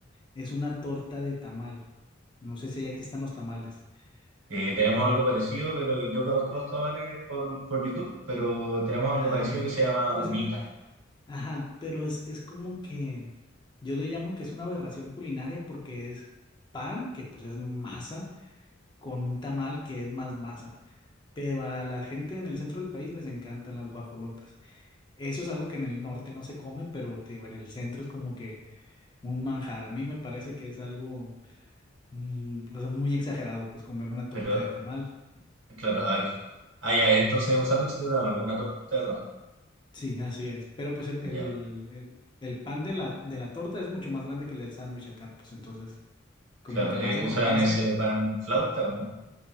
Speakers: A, on the left (about 25°); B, on the right (about 80°).
A: es una torta de tamal. No sé si ya existan los tamales.
B: Eh, tenemos
A: Tamal.
B: algo parecido, pero yo conozco los tamales por, por YouTube, pero tenemos algo
A: Ah,
B: parecido
A: no.
B: que se llama
A: Pues
B: humita.
A: es, ajá, pero es, es como que yo le llamo que es una aberración culinaria porque es pan, que pues es masa con un tamal que es más masa. Pero a la gente en el centro del país les encantan las guajolotas. Eso es algo que en el norte no se come, pero te digo, en el centro es como que un manjar. A mí me parece que es algo mm, o sea, muy exagerado, pues comer una torta
B: Pero,
A: de tamal.
B: claro, a ver. Ah, ya, entonces es un sándwich de tamales, una torta de tamales.
A: Sí, así es. Pero pues el, el,
B: Ya,
A: el, el pan de la, de la torta es mucho más grande que el del sándwich acá, pues entonces, como
B: claro.
A: que
B: eh,
A: masa
B: ¿usan
A: con masa.
B: ese pan flauta o no?